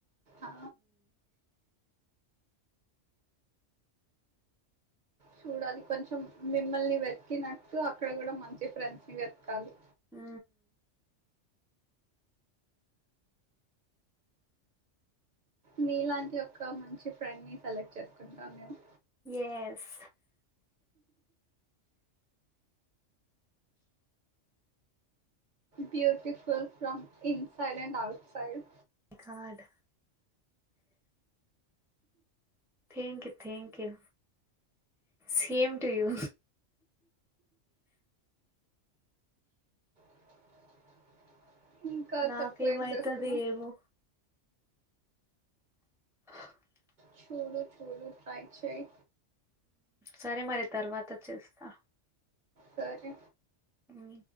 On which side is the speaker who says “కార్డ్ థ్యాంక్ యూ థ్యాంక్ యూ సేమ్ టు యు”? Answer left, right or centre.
Centre